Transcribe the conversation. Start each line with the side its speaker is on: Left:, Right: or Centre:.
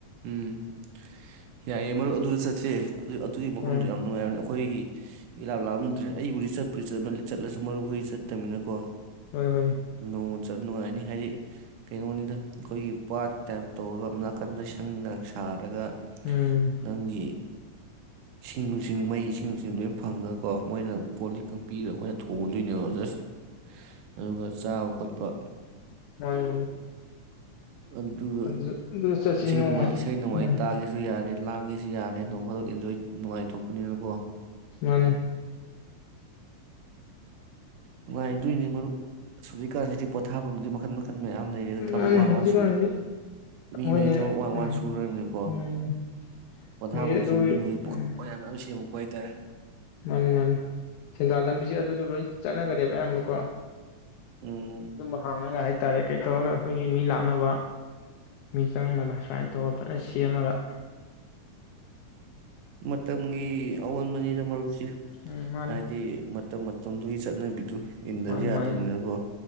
Right: ꯎꯝ ꯌꯥꯏꯌꯦꯦ ꯃꯔꯨꯞ ꯑꯗꯨꯗ ꯆꯠꯁꯦ ꯑꯗꯨ ꯑꯗꯨꯒꯤ ꯃꯐꯝꯗꯨꯣ
Left: ꯎꯝ
Right: ꯌꯥꯝ ꯅꯨꯡꯉꯥꯏꯕꯅꯤ ꯑꯩꯈꯣꯏ ꯏꯂꯥꯞ ꯂꯥꯞꯅꯗ꯭ꯔꯦ ꯑꯩꯕꯨꯗꯤ ꯆꯠꯄꯨꯗꯨ ꯆꯠꯂꯁꯨ ꯃꯔꯨ ꯍꯣꯏ ꯆꯠꯇꯃꯤꯅꯀꯣ
Left: ꯍꯣꯏ ꯍꯣꯏ
Right: ꯅꯣꯡꯃ ꯆꯠ ꯅꯨꯡꯉꯥꯏꯅꯤ ꯍꯥꯏꯗꯤ ꯀꯩꯅꯣꯅꯤꯗ ꯑꯩꯈꯣꯏꯒꯤ ꯄꯥꯠ ꯇꯥꯏꯞ ꯇꯧꯔꯒ ꯅꯥꯀꯟꯗ ꯁꯪꯗꯪ ꯁꯥꯔꯒ
Left: ꯎꯝ
Right: ꯅꯪꯒꯤ ꯏꯁꯤꯡ ꯅꯨꯡꯁꯤꯡ ꯃꯩ ꯏꯁꯤꯡ ꯅꯨꯡꯁꯤꯡ ꯂꯣꯏ ꯐꯪꯉꯒꯀꯣ ꯃꯣꯏꯅ ꯄꯣꯂꯤꯛꯀ ꯄꯤꯔꯒ ꯑꯩꯈꯣꯏꯅ ꯊꯣꯡꯉꯨꯗꯣꯏꯅꯦꯕ ꯖꯁ ꯑꯗꯨꯒ ꯆꯥꯕ ꯈꯣꯠꯄ
Left: ꯃꯥꯅꯤ
Right: ꯑꯗꯨꯒ
Left: ꯑꯗꯨ ꯑꯗꯨ ꯆꯠꯁꯤ
Right: ꯏꯁꯩ
Left: ꯅꯣꯡꯃ
Right: ꯅꯃꯥꯏ ꯏꯁꯩ ꯅꯣꯡꯉꯥꯏ
Left: ꯎꯝ
Right: ꯇꯥꯒꯦꯁꯨ ꯌꯥꯔꯦ ꯇꯥꯡꯉꯁꯤ ꯌꯥꯔꯦ ꯅꯣꯡ ꯐꯥꯗꯛ ꯑꯦꯟꯖꯣꯏ ꯅꯨꯡꯉꯥꯏꯊꯣꯛꯄꯅꯤꯅꯀꯣ
Left: ꯃꯥꯅꯦ
Right: ꯅꯨꯡꯉꯥꯏꯗꯣꯏꯅꯦ ꯃꯔꯨꯞ ꯍꯧꯨꯖꯤꯛꯀꯥꯟꯁꯤꯗꯤ ꯄꯣꯊꯥꯐꯝꯗꯤ ꯃꯈꯟ ꯃꯈꯜ ꯃꯌꯥꯝ ꯂꯩꯔꯦ ꯑ ꯊꯕꯛ
Left: ꯃꯥꯅꯤ
Right: ꯋꯥ
Left: ꯍꯧꯖꯤꯛꯀꯥꯟꯁꯤ
Right: ꯋꯥ ꯁꯨ ꯃꯤ
Left: ꯃꯣꯏꯅꯦ
Right: ꯃꯩ ꯊꯕꯛ ꯋꯥꯡ
Left: ꯎꯝ
Right: ꯋꯥꯟ ꯁꯨꯅꯔꯕꯅꯤꯀꯣ
Left: ꯎꯝ
Right: ꯄꯣꯊꯥꯐꯝꯁꯤ
Left: ꯃꯣꯏꯁꯦ ꯑꯗꯨ
Right: ꯃꯤ ꯃꯈꯩ ꯄꯨꯈ
Left: ꯎꯝ
Right: ꯃꯌꯥꯝ ꯃꯌꯥꯝ ꯁꯦꯝꯃ ꯑꯣꯏ ꯇꯥꯔꯦ
Left: ꯃꯥꯅꯤ ꯃꯥꯅꯤ ꯁꯦꯟꯗꯥꯜ ꯂꯝꯕꯤꯁꯦ ꯑꯗꯨꯗꯣ ꯂꯣꯏ ꯆꯠꯅꯈꯔꯦꯕ ꯑꯌꯥꯝꯕꯀꯣ
Right: ꯎꯝ
Left: ꯑꯗꯨꯝꯕ ꯍꯥꯡꯉꯒ ꯍꯥꯏꯥꯏ ꯍꯥꯏ ꯇꯥꯔꯦ ꯀꯩ ꯇꯧꯔꯒ ꯑꯩꯈꯣꯏꯒꯤ ꯃꯤ ꯂꯥꯛꯅꯕ ꯃꯤ ꯆꯪꯅꯕ ꯁꯨꯃꯥꯏꯅ ꯇꯧꯔ ꯐꯖꯅ ꯁꯦꯝꯃꯒ
Right: ꯃ ꯃꯇꯝꯒꯤ ꯑꯑꯣꯟꯕꯅꯤꯅ ꯃꯔꯨꯞꯁꯤ
Left: ꯎꯝ ꯃꯥꯅꯤ
Right: ꯍꯥꯏꯗꯤ ꯃꯇꯝ ꯃꯇꯝꯗꯨꯒꯤ ꯆꯠꯅꯕꯤ ꯏꯟꯗꯁꯨ
Left: ꯃꯥꯅꯤ
Right: ꯌꯥꯗꯕꯅꯤꯅꯀꯣ
Left: ꯃꯥꯅꯤ